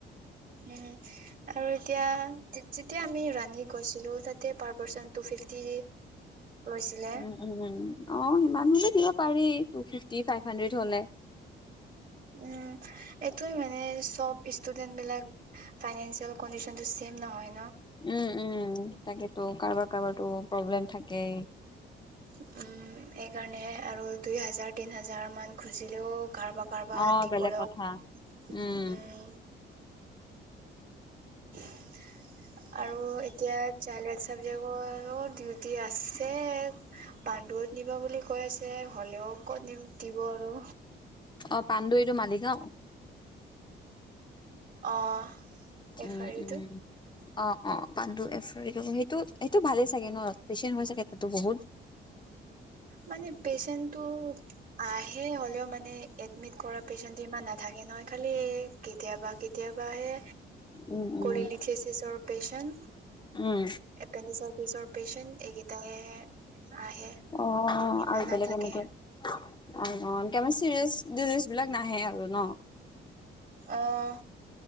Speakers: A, on the right; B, on the left.
A: উম আৰু এতিয়া তেতিয়া আমি ৰানী গৈছিলো তাতে পাৰ পাৰ্চন টু ফিফটি লৈছিলে।
B: উম, উম, উম। অ সিমান হলে দিব পাৰি টু ফিফটি ফাইভ হানদেড হলে।
A: উম এইটোয়ে মানে চব ষ্টুডেন্ট বিলাক ফাইনেঞ্চিয়েল কণ্ডিচনটো চেইম নহয়।
B: উম উম তাকেতো কাৰোবাৰ কাৰোবাৰতো প্ৰব্লেম থাকে।
A: উম এইকাৰণে আৰু দুই হাজাৰ তিন হাজাৰ মান খুজিলেও কাৰোবাৰ কাৰোবাৰ
B: অ,
A: দিবলৈ
B: বেলেগ কথা।
A: উ
B: উম,
A: <inaudible> আৰু এতিয়া চাইল্ডড চাবজেকৰো ডিউটি আছে।
B: <inaudible>
A: পাণ্ডুত নিব বুলি কৈ আছে হলেও ক'ত নি দিব আৰু
B: অ পাণ্ডু ইটো মালিগাঁও
A: অ এফ
B: উম
A: আৰ ইউটো
B: উম অ অ পাণ্ডু এক্স সেইটো সেইটো ভালে চাগে ন পেচেণ্ট হৈ চাগে তাতো বহুত।
A: মানে পেচেন্টটো আহে হ'লেও মানে এডমিট কৰা পেচেন্টটো ইমান নাথাকে ন নহয় খালি কেতিয়াবা কেতিয়াবা হে
B: উম, উম।
A: কলিলিঠেলছৰ পেচেণ্ট,
B: উম,
A: এপেণ্ডিক্স চ পেচেণ্ট এইকেইটা হে আহে।
B: অ,
A: ইমান
B: আৰু
A: নাথাকে।
B: বেলেগ এনেকে অ অ চিৰিয়াচ ডিজিজ বিলাক নাহে আৰু ন।
A: আহ